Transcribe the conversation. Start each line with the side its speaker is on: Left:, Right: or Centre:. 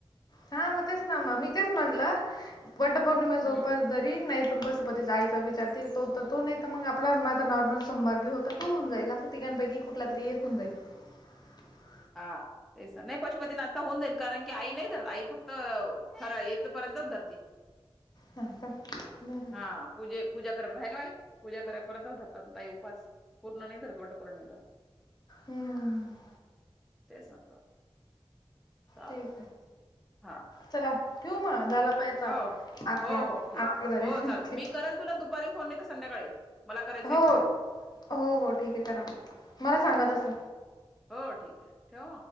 Left: हा मग तेच ना म मी तेच म्हणलं- वटपौर्णिमेचा
Centre: हम्म
Left: उपास धरीन नाही, तुप पतीचा <unintelligible> आईचा विचार त त तो नाही तर मग आपलाता नॉर्मल सोमवार बी होता, तो होऊन जाईल, असं तिकांपैकी कुठला तरी एक होऊन जाईल. <inaudible>
Centre: हा ते नाही पशुपतीने आता होऊन जाईन, कारण की आई नाही धरत, आई फक्त खर येथपर्यंत धरती.
Left: हा का बरं
Centre: हा पूजे पूजा <unintelligible> हाय न व आई? पूजा करे पर्यंत धरतात ताई उपवास, पूर्ण नाही धरत वटपौर्णिमेचा.
Left: हम्म.
Centre: तेच ना चालल,
Left: ठीक
Centre: चालल
Left: आहे
Centre: हा
Left: चला ठेवू मग झाला पायाचा
Centre: हो
Left: अकरा
Centre: हो हो ठीक
Left: अकरा
Centre: आहे,
Left: झाले
Centre: हो चालेल
Left: ठीक
Centre: मी करल तुला दुपारी फोन नाहीतर संध्याकाळी. मला करायचा
Left: हो
Centre: एक कॉल
Left: हो हो ठीक आहे करा ना, मला
Centre: हा
Left: सांगा
Centre: ठीक
Left: तस.
Centre: हो ठीक आहे, ठेऊ?